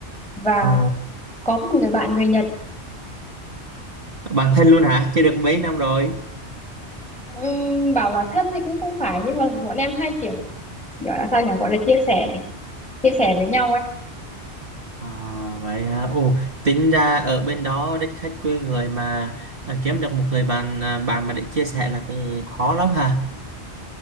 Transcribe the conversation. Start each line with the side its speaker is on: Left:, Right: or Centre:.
Centre: và
Right: Ồ,
Centre: có một người bạn người Nhật
Right: bạn thân luôn hả? Chơi được mấy năm rồi?
Centre: Ừm, bảo là thân thì cũng không phải nhưng mà bọn em hay kiểu gọi là sao nhỉ gọi là chia sẻ chia sẻ với nhau ấy
Right: À, vậy hả? Ồ, tính ra ở bên đó đất khách quê người mà à, kiếm được một người bạn à, bạn mà để chia sẻ là cũng khó lắm hả?